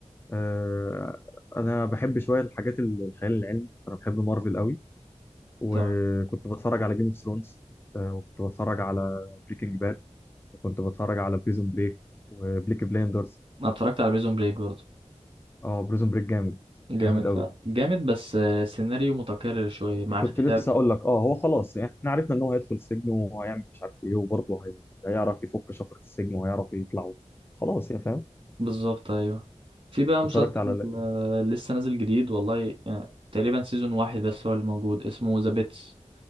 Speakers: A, on the left; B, on the right.
A: آه انا بحب شويه الحاجات ال- الخيال العلمي انا بحب مارفل قوي وكنت
B: تمام
A: بتفرج على جيم اوف ثرونز آه وكنت بتفرج على بريكنج باد وكنت بتفرج على بريزون بريك وبليك بلايندرز
B: انا اتفرجت على بريزون بريك برضو
A: اه بريزون بريك جامد
B: جامد
A: جامد
B: فعلا
A: قوي
B: جامد بس آه، سيناريو متكرر شوية مع
A: كنت
B: اختلاف
A: لسه اقول لك اه هو خلاص يعني احنا عرفنا ان هو هيدخل السجن وهيعمل مش عارف ايه وبرضه هي... هيعرف يفك شفرة السجن وهيعرف يطلع خلاص يا فاهم
B: بالظبط ايوه في بقى مسلسل
A: واتفرجت على ال-
B: آه، لسه نازل جديد والله يعني تقريبا سيزون واحد بس هو اللي موجود اسمه ذا بيتس